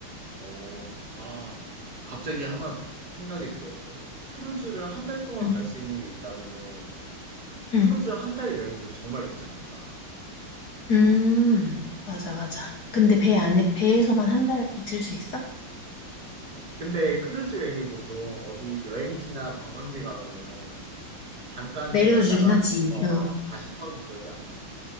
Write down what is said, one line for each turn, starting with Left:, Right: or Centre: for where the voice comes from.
Right: 어, 아, 갑자기 하나 생각이 들었어. 크루즈를 한 달 동안
Left: 응,
Right: 갈 수 있는 게 있다면은
Left: 응.
Right: 크루즈 한 달 여행도 정말 괜찮겠다.
Left: 음, 맞아, 맞아. 근데 배 안에, 배에서만 한 달 있을 수 있어?
Right: 근데 크루즈 여행이 보통 어디 여행지나 관광지 가면은 잠깐
Left: 내려주긴
Right: 내렸다가
Left: 하지.
Right: 어,
Left: 어,
Right: 다시 타고 그러지 않나?